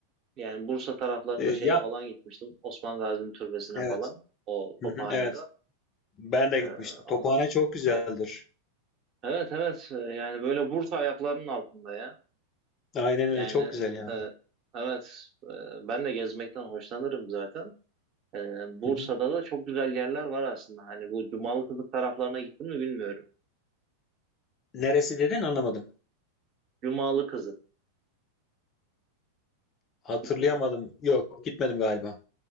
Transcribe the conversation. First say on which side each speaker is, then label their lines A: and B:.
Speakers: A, on the right; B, on the left.
A: Yani Bursa taraflarında
B: Eee,
A: şeye
B: ya
A: falan gitmiştim. Osman Gazi'nin türbesine
B: evet.
A: falan. O
B: Hı
A: Tophane'de.
B: hı, evet. Ben de
A: E,
B: gitmiştim.
A: ama
B: Tophane çok güzeldir.
A: evet evet evet. E, yani böyle Bursa ayaklarının altında ya.
B: Aynen
A: Yani
B: öyle çok güzel yani.
A: e, evet e, ben de gezmekten hoşlanırım zaten. Ee,
B: Hı
A: Bursa'da
B: hı.
A: da çok güzel yerler var aslında. Hani bu Cumalı Kızık taraflarına gittim mi bilmiyorum.
B: Neresi dedin anlamadım.
A: Cumalı Kızık
B: Hatırlayamadım.
A: gittim mi?
B: Yok gitmedim galiba.